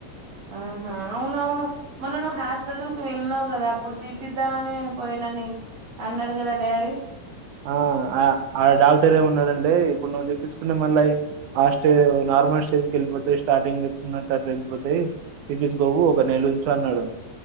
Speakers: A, on the right (about 55°); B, on the right (about 75°).
A: ఆహా అవునవును మొన్న నువ్ హాస్పిటల్ వెళ్ళినావు కదా అప్పుడు తీపిద్దామని పోయినాని అన్న దా డాడీ
B: ఆ ఆ ఆ డాక్టర్ ఏమి ఉన్నాడంటే ఇప్పుడు నువ్వు తెిప్పించకుంటే మళ్ళీ ఆ స్టేజ్ నార్మల్ స్టేజ్ కి వెళ్ళిపోతాయి స్టార్టింగ్కున్నట్టు అలా వెళ్ళిపోతాయి తిపిచ్చుకోకు ఒక నెల ఉంచు అన్నాడు